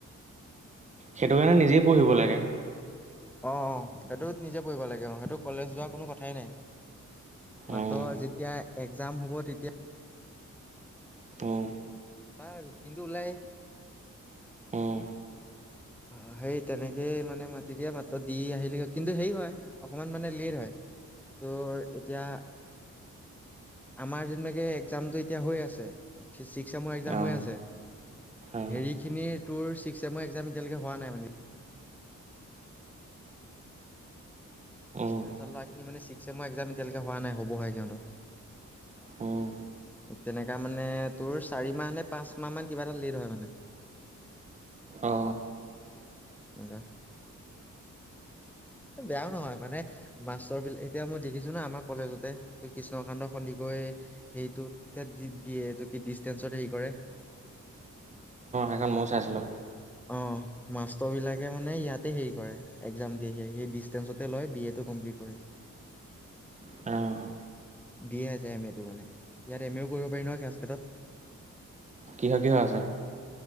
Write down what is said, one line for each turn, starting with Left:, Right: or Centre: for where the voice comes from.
Right: সেইটো কাৰণে নিজেই পঢ়িব লাগে।
Centre: অঁ অঁ সেইটো নিজে পঢ়িব লাগে অঁ, সেইটো কলেজ যোৱাৰ কোনো কথাই নাই, মাত্ৰ
Right: উম
Centre: যেতিয়া এক্জাম হ'ব তেতিয়া
Right: উম
Centre: বাৰু দিনটো ওলাই
Right: উম
Centre: অঁ, সেই তেনেকেই মানে মাতি দিয়া মাত্ৰ দি আহিলে কিন্তু হেৰি হয়, অকমান মানে লেট হয়, তোৰ এতিয়া আমাৰ যুনবাকে একজামটো এতিয়া হৈ আছে, ছিক্সচেমৰ এক্সাম
Right: অ
Centre: হৈ আছে,
Right: অ
Centre: হেৰি খিনিৰ তোৰ ছিক্স চেমৰ এক্সাম এতিয়ালৈকে হোৱা নাই মানে।
Right: উম
Centre: ডিচতেঞ্চৰ ল'ৰাখিনি মানে ছিক্সেমৰ এক্জাম এতিয়ালৈকে হোৱা নাই হ'বহে সিহতৰ,
Right: উম
Centre: তেনেকা মানে তোৰ চাৰি মাহ নে পাঁচ মাহ মান কিবা এটা লেট হয় মানে,
Right: অ
Centre: এনে বেয়াও নহয় মানে মাষ্টৰ বিলাক এতিয়া মই দেখিছো ন আমাৰ কলেজতে কৃষ্ণকান্ত সন্দিকৈ হেৰিটো দ এইটো কি ডিচতেঞ্চত হেৰি কৰে।
Right: এখন মও চাইছিলো।
Centre: অঁ, মাষ্টৰ বিলাকে মানে ইয়াতে হেৰি কৰে এক্জাম দিয়ে সি সেই ডিচেঞ্চতে লয় বি এটো কমপ্লিট কৰে,
Right: অ',
Centre: দিয়ে আছে এম এটো মানে, ইয়াত এম এও কৰিব পাৰি নহয় খেৰাছ খাতত।
Right: কিহৰ কিহৰ আছে।